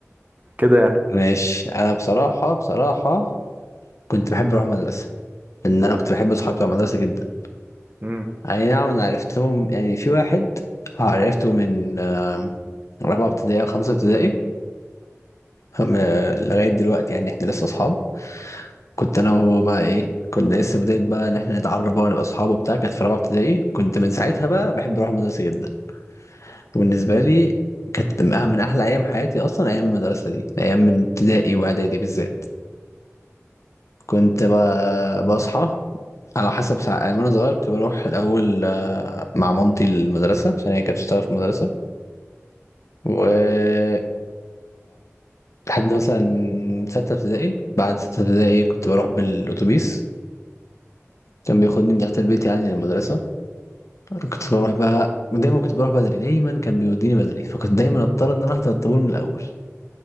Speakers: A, on the right; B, on the left.
A: كده يعني
B: ماشي انا بصراحه بصراحه كنت بحب اروح مدرسه لان انا كنت بحب اصحابي بتوع المدرسه جدا
A: امم
B: اي نعم انا عرفتهم يعني في واحد عرفته من آم، رابعه ابتدائي او خمسه ابتدائي هم- آه، لغايه دلوقتي يعني احنا لسه اصحاب كنت انا وهو بقى ايه كنا لسه بداية بقى إن إحنا نتعرف بقى ونبقى أصحاب وبتاع كانت في رابعة ابتدائي كنت من ساعتها بقى بحب أروح المدرسة جدا بالنسبة لي كانت من أح- من أحلى أيام حياتي أصلا أيام المدرسة دي أيام من ابتدائي وإعدادي بالذات كنت ب- بصحى على حسب ساعة يعني وأنا صغير كنت بروح الأول آه، مع مامتي المدرسة عشان هي كانت بتشتغل في المدرسة وبعد لحد مثلا ستة ابتدائي بعد ستة ابتدائي كنت بروح بالأتوبيس كان بياخدني من تحت البيت يعني للمدرسة كنت بروح بقى دايما كنت بروح بدري دايما كان بيوديني بدري فكنت دايما اضطر ان انا احضر الطابور من الاول